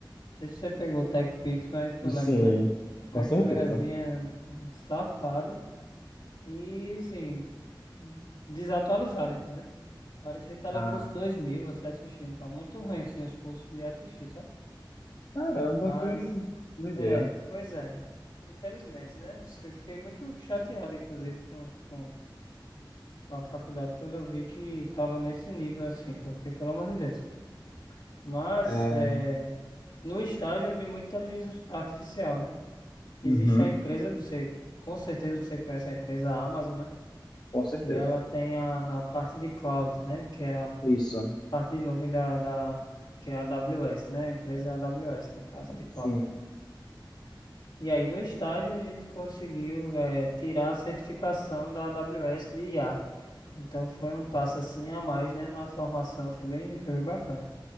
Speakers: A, on the left (about 80°); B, on the left (about 55°).
A: Não sei se você pegou o TechPix, mas tu lembra,
B: Sim,
A: né? Uma
B: com certeza.
A: câmerazinha safada e, assim, desatualizada, entendeu? Parecia Telecurso
B: Ah,
A: dois mil, você assistindo. Tá muito ruim, assim, os cursos de assistir, sabe?
B: caramba,
A: Mas,
B: que doideira.
A: é, pois é. Infelizmente, né? Eu fiquei muito chateado, inclusive, com, com com a faculdade quando eu vi que tava nesse nível, assim, porque, pelo amor de Deus. Mas,
B: É,
A: é, no estágio eu vi muita inteligência artificial, né? Existe
B: uhum,
A: a empresa, você com certeza você conhece a empresa Amazon, né?
B: com certeza.
A: E ela tem a, a parte de cloud, né? Que é a
B: Isso,
A: parte de nuvem da, da que é a AWS, né? A empresa é a AWS, no caso de
B: sim.
A: cloud. E aí no estágio a gente conseguiu eh, tirar a certificação da AWS de IA. Então foi um passo assim a mais, né? Na formação foi bem, foi bem bacana,